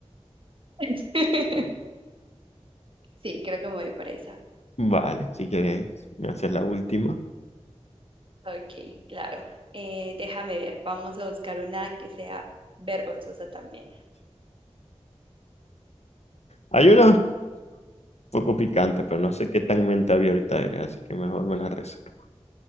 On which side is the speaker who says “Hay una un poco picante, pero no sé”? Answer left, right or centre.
Left